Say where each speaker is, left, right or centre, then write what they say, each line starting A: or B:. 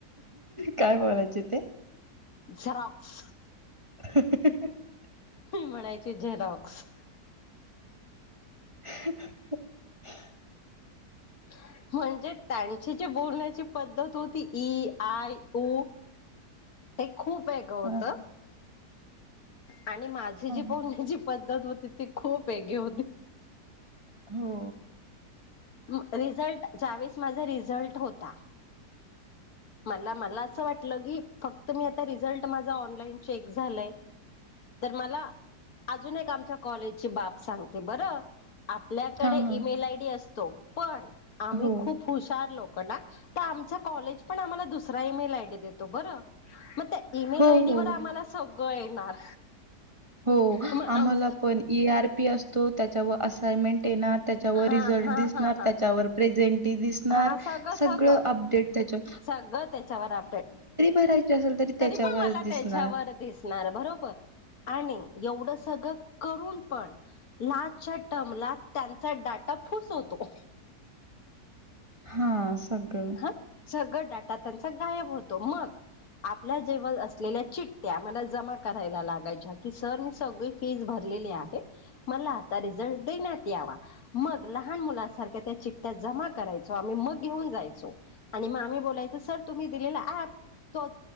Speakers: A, on the right; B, on the left.
A: काय बोलायचे ते?
B: झरॉक्स.
A: <unintelligible>
B: मी म्हणायची झेरॉक्स.
A: <unintelligible>
B: <inaudible> म्हणजे त्यांची जी बोलण्याची पद्धत होती इ आय उ ते खूप वेगंळ होत
A: हां,
B: आणि माझी
A: हां,
B: जी
A: हां.
B: बोलण्याची पद दत ति खूप वेगळी होती
A: हो.
B: म रिझल्ट ज्यावेळेस माझा रिझल्ट होता मला मला असं वाटलं की, फक्त मी आता रिझल्ट माझा ऑनलाईन चेक झालय तर मला अजून एक आमच्या कॉलेजची बाप सांगते बरं. आपल्याकडे
A: हां, हां.
B: ईमेल आयडी असतो, पण आम्ही
A: हो.
B: खूप हुशार लोक <unintelligible> त आमचा कॉलेज पण आम्हाला दुसरा ईमेल आयडी देतो बरं. ईमेल
A: हो,
B: आयडी
A: हो.
B: वर आम्हाला सगळं येणार.
A: हो
B: मग
A: आम्हाला
B: आम
A: पण ईआरपी असतो त्याच्याव असाइमेंट येणार त्याच्यावर
B: हा
A: रिझल्ट
B: हा
A: दिसणार,
B: हा हा
A: त्याच्यावर प्रेझेंट दिसणार
B: हा सगळं
A: सगळ
B: सगळं
A: अपडेट त्याच्या
B: सगळं त्याच्यावर आपडेट
A: भरायची असेल, त्याच्यावरच
B: तरी पण मला
A: दिसणार.
B: त्याच्यावर दिसणार भरो <unintelligible> आणि एवढं सगळं करून पण लाजच्या टर्मला त्यांचा डाटा फुस होतो
A: हां, सगळं.
B: हा सगळं डाटा त्यांचा गायब होतो. मग आपल्या जेवळ असलेल्या चिट्टया मला जमा करायला लागायच्या की सर मी सगळी फीज भर लेले आहे मला आता रिझल्ट देण्यात यावा, मग लहान मुलासारख्या त्या चिट्टया जा जमा करायचो आम्ही मग घेऊन जायचो आणि म आम्ही बोलायचो, सर तुम्ही दिलेला ऍप तो